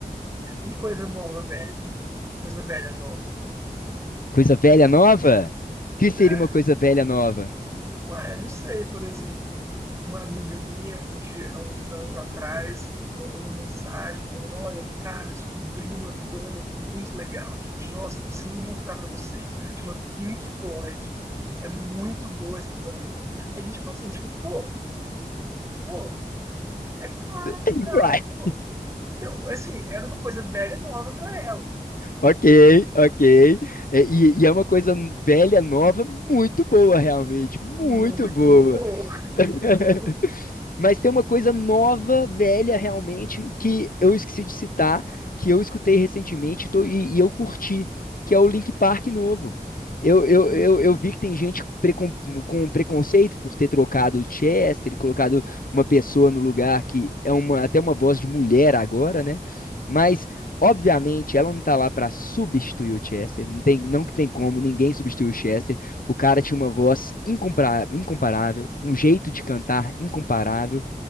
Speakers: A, on the right (about 20°); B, on the left (about 65°).
A: E coisa nova, velha? Coisa velha, nova.
B: Coisa velha nova? O que seria
A: é.
B: uma coisa velha nova?
A: Ué, não sei, por exemplo, uma amiga minha um dia, há uns anos atrás mandou uma mensagem falando: Olha, cara, descobri uma banda muito legal, gente. Nossa, eu preciso mostrar pra vocês. Chama Pink Floyd. É muito boa essa banda. Aí A gente ficou assim, tipo, pô, pô, é claro,
B: <laughs>
A: cara, pô. Então, assim, era uma coisa velha e nova pra ela,
B: Ok,
A: entende?
B: ok. É, e, e é uma coisa velha, nova, muito boa, realmente. Muito
A: Muito
B: boa.
A: boa, <laughs>
B: <laughs>
A: muito boa.
B: Mas tem uma coisa nova, velha, realmente, que eu esqueci de citar, que eu escutei recentemente tô- e, e eu curti, que é o Link Park novo. Eu, eu,
A: Hum.
B: eu, eu vi que tem gente precon- com preconceito por ter trocado o Chester e colocado uma pessoa no lugar que é uma, até uma voz de mulher agora, né? Mas, obviamente, ela não tá lá para substituir o Chester. Não tem, não que tem como, ninguém substitui o Chester. O cara tinha uma voz incompara- incomparável, um jeito de cantar incomparável